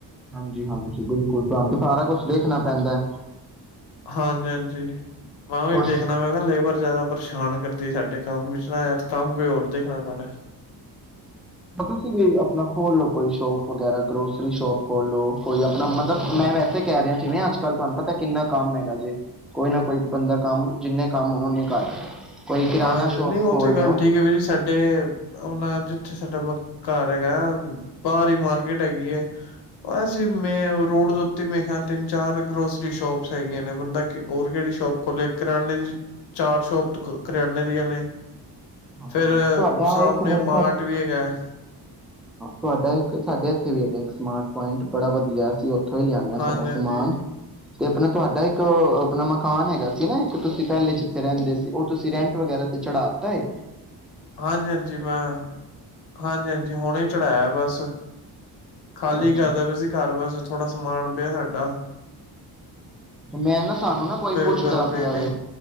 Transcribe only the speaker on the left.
ਹਾਂਜੀ ਹਾਂਜੀ, ਮੈਂ ਉਹੀ
ਦੇਖਣਾ ਮੈਂ ਕਿਹਾ ਲੇਬਰ ਜ਼ਿਆਦਾ ਪਰੇਸ਼ਾਨ ਕਰਦੀ ਸਾਡੇ ਕੰਮ ਵਿੱਚ ਨਾ ਜਾਂ, ਤੇ ਕੰਮ ਕੋਈ ਹੋਰ ਦੇਖਣਾ ਪੈਣਾ।
ਹਾਂਜੀ,
ਨ੍ਹੀਂ ਉਹ
ਤੇ ਗੱਲ
ਠੀਕ ਐ ਵੀਰ ਜੀ ਸਾਡੇ ਆਪਣਾ ਜਿੱਥੇ ਸਾਡਾ ਮਕਾ ਘਰ ਹੈਗਾ ਆ, ਬਾਹਰ ਈ ਮਾਰਕੀਟ ਹੈਗੀ ਐ, ਵੇਸੇ ਮੇਨ ਰੋਡ ਦੇ ਉੱਤੇ ਮੈਂ ਕਿਹਾ ਤਿੰਨ-ਚਾਰ ਗਰੋਸਰੀ ਸ਼ੋਪਸ ਹੈਗੀਆਂ ਨੇ, ਬੰਦਾ ਕਿ ਹੋਰ ਕਿਹੜੀ ਸ਼ੋਪ ਖੋਲੇ ਕਰਿਆਨੇ ਦੀ ਚਾਰ ਸ਼ੋਪ ਗ ਕਰਿਆਨੇ ਦੀਆਂ ਨੇ
ਫਿਰ
ਸਾਹਾਮਣੇ
ਮਾਰਟ ਵੀ ਹੈਗਾ ਆ।
ਹਾਂਜੀ-ਹਾਂਜੀ।
ਹਾਂਜੀ- ਹਾਂਜੀ ਮੈਂ, ਹਾਂਜੀ- ਹਾਂਜੀ ਹੁਣੇ ਹੀ ਚੜ੍ਹਾਇਆ ਬਸ, ਖਾਲੀ
ਕਰ ਦੇ ਪਈ ਸੀ ਘਰ, ਬਸ ਥੋੜਾ ਸਮਾਨ ਪਿਆ ਸਾਡਾ ਡਾ
ਵਗੈਰਾ ਪਏ
ਨੇ